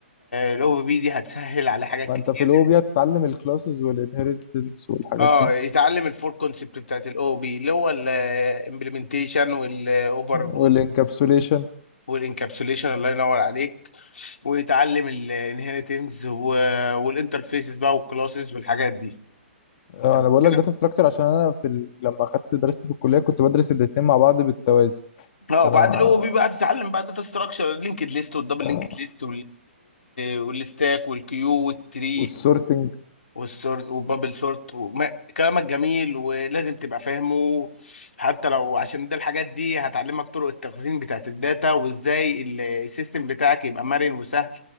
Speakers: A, on the left; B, on the left.
A: الاو او بي دي هتسهل على حاجات
B: ما
A: كتير
B: انت في الاو
A: يعني.
B: بي هتتعلم الكلاسز والانهيرتنس والحاجات
A: اه
B: دي
A: يتعلم الفور كونسبت بتاعت الاو او بي اللي هو الامبلمنتيشن والاوفر
B: والانكابسوليشن
A: لود والانكابسوليشن الله ينور عليك ويتعلم الانهيرتنس والانترفيسز بقى والكلاسز والحاجات دي
B: آه،
A: تمام
B: انا بقول
A: كده
B: لك داتا ستراكشر عشان انا في ال... لما اخدت درست في الكليه كنت بدرس الاثنين مع بعض بالتوازي
A: اه
B: فانا
A: وبعد
B: مع
A: الاو بي بقى تتعلم بقى داتا ستراكشر اللينكد ليست والدبل
B: آه،
A: لينكد ليست والستاك والكيو والتري
B: والسورتنج
A: والسورت وبابل سورت وما كلامك جميل ولازم تبقى فاهمه حتى لو عشان ده الحاجات دي هتعلمك طرق التخزين بتاعت الداتا وازاي ال- السيستم بتاعك يبقى مرن وسهل